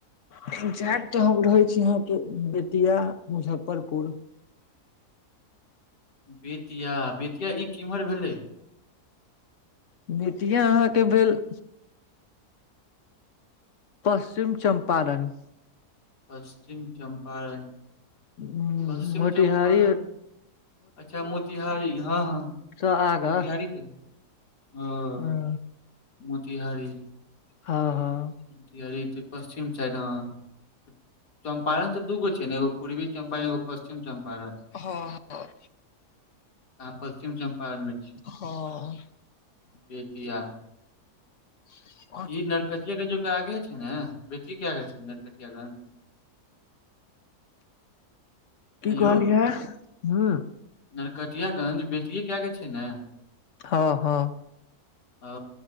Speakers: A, on the left; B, on the left.
A: लेकिन जाइत तऽ हम रहै छी यहाँके बेतिया मुजफ्फरपुर
B: बेतिया बेतिया ई किम्हर भेलै
A: बेतिया अहाँकेँ भेल पश्चिम चम्पारण
B: पश्चिम चम्पारण
A: हूँ
B: पश्चिम
A: मोतीहारी
B: चम्पारण अच्छा मोतिहारी हँ हँ
A: सँ आगाँ
B: मोतिहारी तऽ ओ
A: हूँ,
B: मोतिहारी
A: हँ हँ
B: मोतिहारी तऽ पश्चिम साइड नऽ चम्पारण तऽ दूगो छै नऽ एगो पूर्वी चम्पारण एगो पश्चिम चम्पारण
A: हँ हँ
B: अहाँ पश्चिम चम्पारणमे छी
A: हँ
B: बेतिया
A: <inaudible>
B: ई नरकटियागंज ओकर आगहे छै नऽ बेतियेकेँ आगे छै नऽ नरकटियागंज
A: की
B: यौ
A: कहलियहै हूँ
B: नरकटियागंज बेतियेकेँ आगे छै नऽ
A: हँ हँ
B: ओ